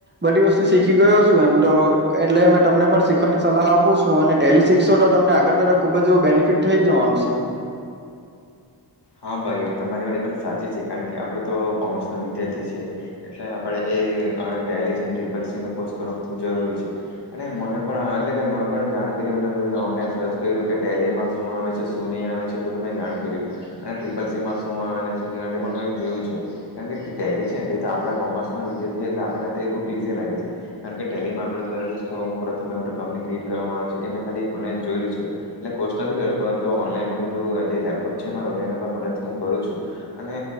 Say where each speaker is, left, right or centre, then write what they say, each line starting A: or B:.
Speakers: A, on the right; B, on the left.
A: બધી વસ્તુ શીખી ગયો છું. એમ તો એટલે મે તમને પણ શીખવાની સલાહ આપું છું અને ટેલીસ શીખશો ડોટ અમને આગળ ખુબ જ એવું બેનિફિટ થઈ જવાનું છે.
B: હા ભાઈ તમારી વાત એકદમ સાચી છે કારણ કે આપડે તો કોમર્સ ના વિદ્યાર્થી છે એટલે આપણે ટેલી અને ટ્રીપલસી નો કોર્સ કરવો ખબ જરૂરી છે અને મને પણ એટલે કે જાણ કર અને બધ ઓનલાઈન સર્ચ કર્યું કે ટેલીમાં શું આવે છે શું નહી આવે છે એ બધું મેં જાણ કર્યું. અને ટ્રિપલ સીમાં શું આવે શું પણ જોયું છે કારણ કે ટેલી છે તે તો આપણા કોમર્સના વિ ધાર્થી એટલે આપને ખબ ઈઝી લાગે છે કારણ કે ટેલીમાં આપ કંપની ક્રએટ કરવામાં આવે પછી એમે ખાલી ઑનલઈન જોયેલું છે એટલે કોર્સ નથી કઈરો પરંતુ ઓનલાઇનમાં જે બાદુ લેપટોપ છે મારો એના પર મદદથી હું કરું છું અને